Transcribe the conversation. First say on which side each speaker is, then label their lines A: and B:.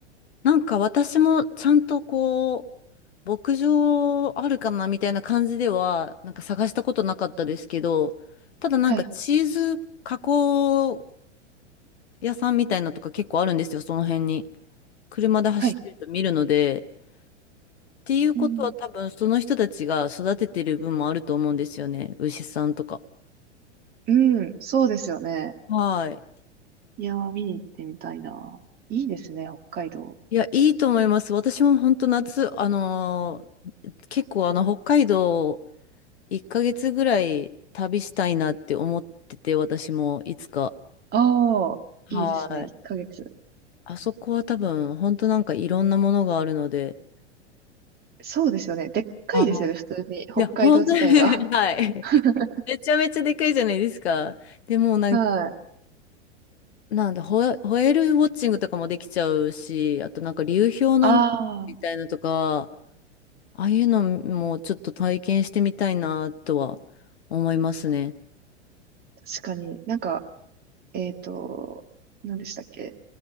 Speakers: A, on the left; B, on the right.
A: なんか私もちゃんとこう、牧場あるかなみたいな感じでは、なんか探したことなかったですけど、ただなんかチーズ加工
B: はい、
A: 屋さんみたいなとか結構あるんですよ、その辺に。車で走ってると見るので。
B: はい。
A: っていうことは多分その人たちが育ててる分もあると思うんですよね、
B: うん、
A: 牛さんとか。
B: うん、そうですよね。
A: はい。
B: いやー、見に行ってみたいな。いいですね、北海道。
A: いや、いいと思います。私も本当夏、あのー結構あの、北海道1ヶ月ぐらい旅したいなって思ってて、私もいつか。
B: ああ、
A: はい。
B: いいですね、1ヶ月。
A: あそこは多分、本当なんかいろんなものがあるので。
B: そうですよね。でっかいですよね、
A: ああ。
B: 普通に、北海道自体が。
A: いや、本当に <laughs> はい。
B: <laughs>
A: めちゃめちゃでかいじゃないですか。でもうなん、
B: はい。
A: なんだ、ホエ、ホエールウォッチングとかもできちゃうし、あとなんか流氷のねみたいなとか、
B: ああ、
A: ああいうのもちょっと体験してみたいなとは思いますね。
B: 確かに。なんか、えっと、何でしたっけ